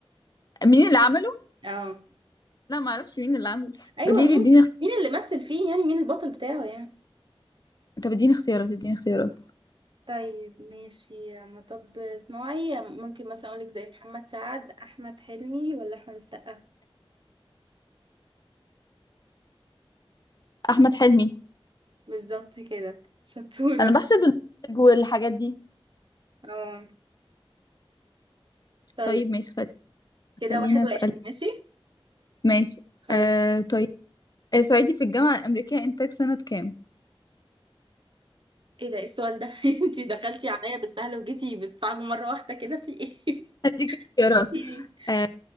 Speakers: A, on the left; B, on the right.
A: مين اللي عمله؟
B: اه
A: لا ما اعرفش مين اللي عمله
B: ايوه
A: قولي
B: مين
A: لي اديني اخت...
B: مين اللي مثل فيه يعني مين البطل بتاعه يعني
A: طب اديني اختيارات اديني اختيارات
B: طيب ماشي مطب صناعي ممكن مثلا اقولك زي محمد سعد احمد حلمي ولا احمد السقا
A: أحمد حلمي
B: بالظبط كده شطورة
A: أنا بحسب المخرج
B: <laughs>
A: والحاجات دي
B: اه طيب
A: طيب ماشي خل...
B: كده
A: خليني
B: واحد
A: أسأل
B: واحد ماشي
A: ماشي
B: خلاص
A: آه طيب آه صعيدي في الجامعة الأمريكية إنتاج سنة كام؟
B: ايه ده إيه السؤال ده <laughs> انتي دخلتي عليا بالسهل وجيتي بالصعب مرة واحدة كده في ايه
A: هديك
B: <laughs>
A: اختيارات
B: ايه
A: آه